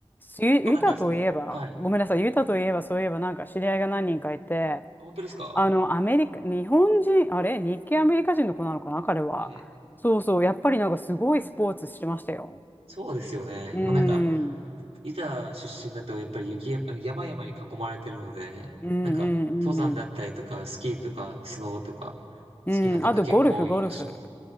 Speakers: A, on the left; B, on the right.
A: ユ、ユタといえば、
B: こうなんか、はい。
A: ごめんなさい、ユタといえば、そういえば、なんか知り合いが何人かいて、
B: あ本当ですか
A: あの、アメリカ、日本人、あれ、日系アメリカ人の子なのかな、彼は。
B: はい。
A: そうそう、やっぱりなんかすごいスポーツしてましたよ。
B: そうですよね。
A: うん、
B: もうなんか、ユタ出身だとやっぱり雪や、山々に囲まれてるので、
A: うん、うん、
B: なんか登山だったりとか、
A: うん。
B: スキーとか、スノボとか、
A: うん、
B: 好きな方結構多い印象です。
A: あとゴルフ、ゴルフ。